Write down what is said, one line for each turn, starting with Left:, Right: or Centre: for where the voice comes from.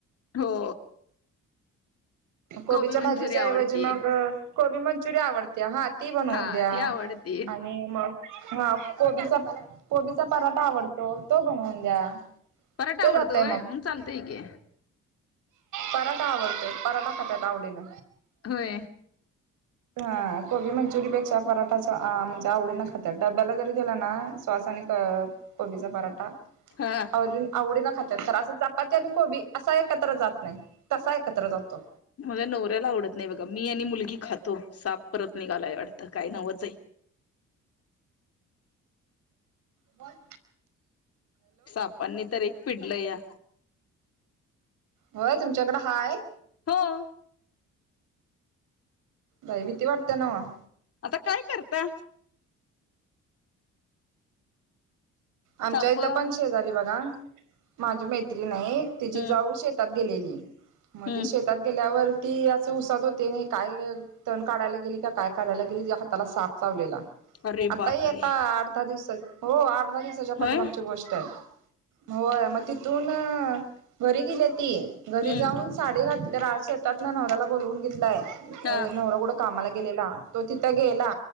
Left: हो.
Right: कोबीच्या
Left: गोबी मंचुरी
Right: भाजीच्याऐवजी
Left: आवडते
Right: मग कोबी मंचुरिया आवडते हा ती बनवून
Left: हा
Right: द्या.
Left: ती आवडते
Right: आणि मग हा कोबीचा कोबीचा पराठा आवडतो तो बनवून द्या.
Left: पराठा
Right: ते
Left: आवडतोय
Right: जातय मग
Left: होय मंग चालतय की,
Right: पराठा आवडतो पराठा खात्यात आवडीन.
Left: होय.
Right: हा कोबी मंचुरीपेक्षा पराठाच आ म्हणजे आवडीन खात्यात डब्याला जरी दीला ना सॉस आणि क कोबीचा पराठा
Left: हा
Right: अवडी आवडीन खात्यात तर असं चपाती आणि कोबी असा एकत्र जात नाही तसा ए कत्र जातो.
Left: मझ्या नवऱ्याला आवत नाय बघा मी आणि मुलगी खात खातो साप परत निघालाय वाटत काय नवच ये.
Right: बोल
Left: सापांनी तर एक पिडलं या
Right: होय तुमच्याकड हाय
Left: हो
Right: बाई भीती वाटते नव्ह.
Left: आता काय करता.
Right: आमच्या
Left: साप
Right: इथं
Left: हम्म
Right: पण शेजारी बघा माझी मैत्री हाय तिजी
Left: हम्म
Right: जाऊ शेतात गेलेली म
Left: हम्म
Right: ती शेतात गेल्यावर ती असं उसात होती नी काय तण काढायला गेली का काय काढायला गेली तिच्या हाताला साप चावलेला. आता
Left: अरे बापरे
Right: ई आता आठदहा दिवसाची होय आठदहा दिवसाच्या पाठी
Left: होय
Right: मागची गोष्ट आहे. होय मग तिथून घरी गेल्या ती
Left: हम्म
Right: घरी जाऊन साडी घात रा शेतातना नवराऱ्याला बोलवून घेतलय
Left: हा
Right: नवरा कुठं कामाला गेलेला तो तिथ गेला